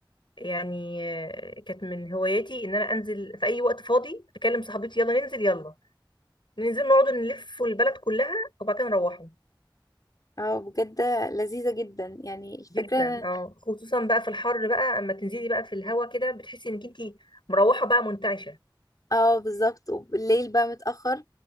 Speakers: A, on the left; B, on the left.
A: يعني آه، كانت من هواياتي ان انا انزل في اي وقت فاضي اكلم صاحبتي يلا ننزل يلا ننزل نقعد نلف البلد كلها وبعد كده نروحوا
B: اه بجد لذيذة جدا يعني الفكرة
A: جدا اه خصوصا بقى في الحر بقى اما تنزلي بقى في الهوا كده بتحسي انك انتي مروحه بقى منتعشه
B: اه بالظبط وبالليل بقى متأخر